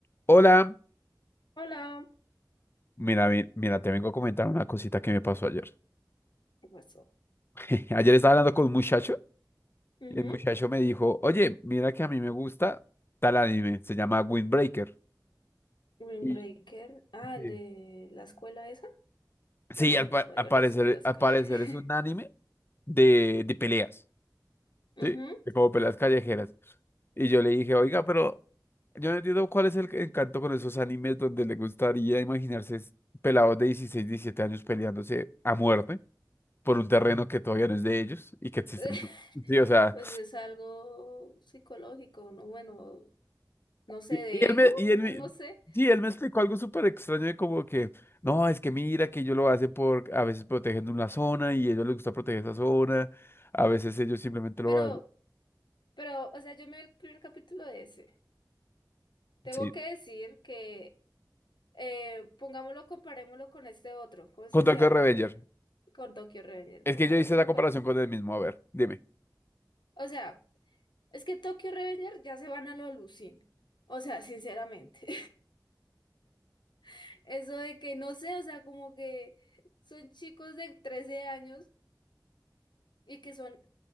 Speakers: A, on the left; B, on the left.
A: Hola,
B: Hola.
A: mira, ve- mira, te vengo a comentar una cosita que me pasó ayer.
B: ¿Qué pasó?
A: <laughs> Ayer estaba hablando con un muchacho
B: Ujú.
A: y el muchacho me dijo, oye, mira que a mí me gusta tal anime, se llama Windbreaker.
B: Windbreaker.
A: Y-
B: Ah,
A: Sí,
B: el de la escuela esa. Bueno,
A: Sí, al,
B: pues
A: pa-
B: la mayoría
A: al parecer,
B: son de la escuela.
A: al parecer
B: <laughs>
A: es un anime de, de peleas,
B: Ujú.
A: ¿sí? De como peleas callejeras. Y yo le dije, oiga, pero yo no entiendo cuál es el encanto con esos animes donde le gustaría imaginarse es- pelados de 16, 17 años peleándose a muerte. por un terreno que todavía no es de ellos y que existen.
B: <laughs>
A: Sí, o sea,
B: Pues es algo psicológico, ¿no? Bueno, no sé,
A: y,
B: de
A: y él me,
B: ego,
A: y él
B: ah,
A: me-
B: no sé.
A: sí, él me explicó algo súper extraño de como que, no, es que mira que ellos lo hacen por, a veces protegiendo una zona y a ellos les gusta proteger esa zona, a veces ellos simplemente lo
B: Pero,
A: hacen.
B: pero, o sea, yo me vi el primer capítulo de ese. Tengo
A: Sí.
B: que decir que, eh, pongámoslo, comparémoslo con este otro. ¿Cómo es
A: Con
B: que
A: Tokyo
B: se llama
A: Revenger.
B: el...? Con Tokyo Revenger.
A: Es
B: Comparémoslo
A: que yo hice la comparación
B: con...
A: con él mismo, a ver, dime.
B: O sea... Es que Tokyo Revenger ya se van a lo Lucien. O sea, sinceramente. <laughs> Eso de que no sé, o sea, como que son chicos de 13 años y que son